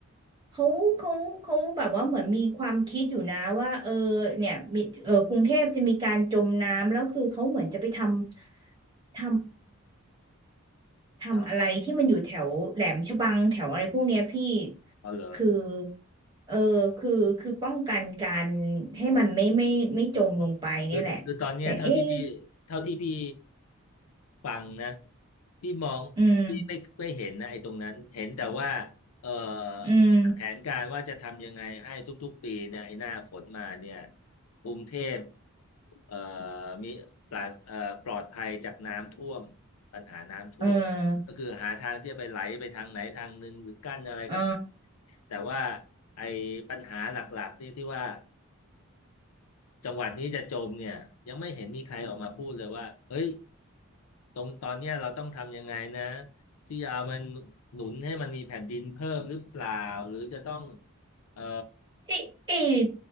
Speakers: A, on the right; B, on the left.
A: เขาเขาเขาแบบว่าเหมือนมีความคิดอยู่นะว่าเออเนี่ยมีเออกรุงเทพจะมีการจมน้ำแล้วคือเขาเหมือนจะไปทำทำทำอะไรที่มันอยู่แถวแหลมฉบังแถวอะไรพวกเนี้ยพี่
B: ทำอะไรเอาเหรอ
A: คือเออคือคือป้องกันการให้มันไม่ไม่ไม่จมลงไปเนี่ยแหละแต่เอ๊ะ
B: คือคือตอนเนี้ยเท่าที่พี่เท่าที่พี่ฟังนะพี่มอง
A: อืม
B: พี่ไม่ไม่เห็นนะไอ้ตรงนั้น เห็นแต่ว่าเอ่อ
A: อืม
B: แผนการว่าจะทำยังไงให้ทุกๆปีเนี่ยไอ้หน้าฝนมาเนี่ยกรุงเทพเอ่อมีปราศเอ่อปลอดภัยจากน้ำท่วมปัญหาน้ำท่วม
A: เออ
B: ก็คือหาทางที่จะไปไหลไปทางไหนทางหนึ่งหรือกั้นอะไรก็ตาม
A: เออ
B: แต่ว่าไอ้ปัญหาหลักๆนี่ที่ว่า จังหวัดนี้จะจมเนี่ยยังไม่เห็นมีใครออกมาพูดเลยว่าเฮ้ยตรงตอนเนี้ยเราต้องทำยังไงนะที่จะเอามันหนุนให้มันมีแผ่นดินเพิ่มหรือเปล่าหรือจะต้องเออ
A: เอ้ยเอ้ย